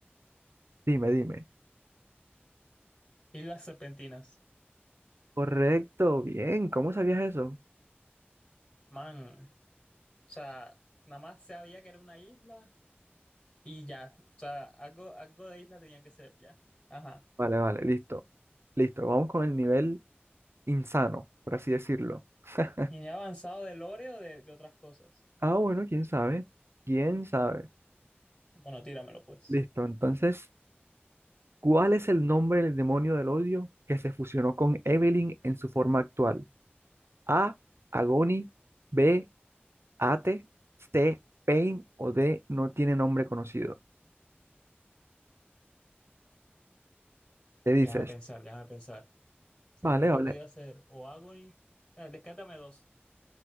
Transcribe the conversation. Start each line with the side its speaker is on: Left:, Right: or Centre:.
Right: Dime, dime.
Left: Islas Serpentinas,
Right: Correcto, bien, ¿cómo sabías eso?
Left: man, o sea, nada más sabía que era una isla y ya, o sea, algo, algo de isla tenía que ser, ya, ajá.
Right: Vale, vale, listo. Listo, vamos con el nivel insano, por así decirlo. <laughs>
Left: Y ni he avanzado de lore o de, de otras cosas.
Right: Ah, bueno, quién sabe. ¿Quién sabe?
Left: Bueno, tíramelo pues.
Right: Listo, entonces, ¿cuál es el nombre del demonio del odio que se fusionó con Evelyn en su forma actual? A, Agony, B, Ate, C, Pain o D, no tiene nombre conocido. Te dices,
Left: Déjame pensar, déjame pensar. O sea,
Right: vale,
Left: creo que
Right: vale.
Left: podía ser o Agony, o sea, descártame dos.